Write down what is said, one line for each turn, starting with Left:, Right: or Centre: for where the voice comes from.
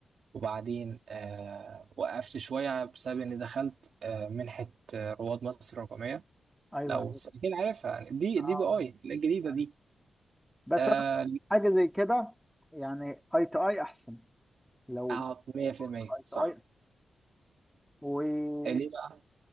Right: وبعدين آه، وقفت شوية بسبب اني دخلت آه، منحة آه، رواد مصر الرقمية
Centre: ايوه
Right: لو اكيد عارفها يعني دي
Centre: اه
Right: دي بي اي الجديدة
Centre: عارف
Right: دي
Centre: بس
Right: آه،
Centre: انا حاجة زي كده يعني اي تو اي احسن لو
Right: آه،
Centre: <laughs>
Right: 100%
Centre: فرصة الاي
Right: صح
Centre: تو اي ويعني
Right: آه، ليه بقى؟